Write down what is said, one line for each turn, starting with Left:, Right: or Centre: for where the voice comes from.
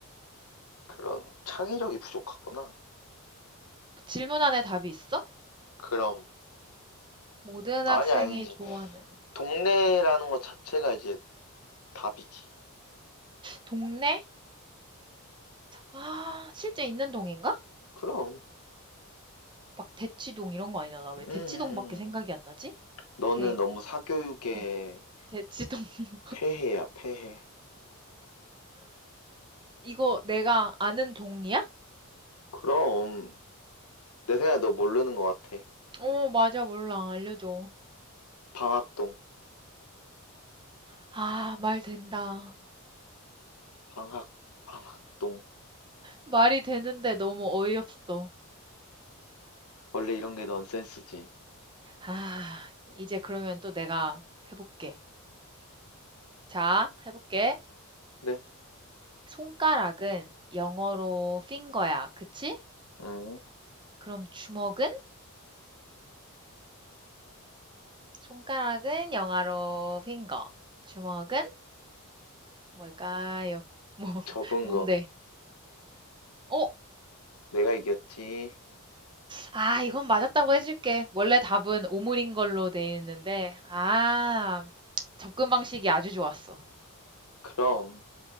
Left: 그런 창의력이 부족하구나.
Right: 질문 안에 답이 있어?
Left: 그럼,
Right: 모든
Left: 아니,
Right: 학생이
Left: 아니지.
Right: 좋아하는
Left: 동네라는 것 자체가 이제 답이지.
Right: 동네? 아, 실제 있는 동인가?
Left: 그럼,
Right: 막 대치동 이런 거 아니잖아. 왜 대치동밖에
Left: 음, 음,
Right: 생각이
Left: 음.
Right: 안 나지?
Left: 너는
Right: 대,
Left: 너무 사교육에
Right: 대, 대치동. <laughs>
Left: 폐해야, 폐해.
Right: 이거 내가 아는 동이야?
Left: 그럼, 내 생각에 너 모르는 것 같아.
Right: 어, 맞아. 몰라. 알려줘.
Left: 방학동,
Right: 아, 말 된다.
Left: 방학, 방학동.
Right: 말이 되는데 너무 어이없어.
Left: 원래 이런 게 넌센스지.
Right: 아, 이제 그러면 또 내가 해볼게. 자, 해볼게.
Left: 그래?
Right: 손가락은 영어로 finger야. 그치?
Left: 응.
Right: 그럼 주먹은? 손가락은 영어로 finger, 주먹은 뭘까요? 뭐, <laughs>
Left: 접은
Right: 뭔데?
Left: 거.
Right: 어,
Left: 내가 이겼지.
Right: 아, 이건 맞았다고 해줄게. 원래 답은 오물인 걸로 돼 있는데, 아, 접근 방식이 아주 좋았어.
Left: 그럼,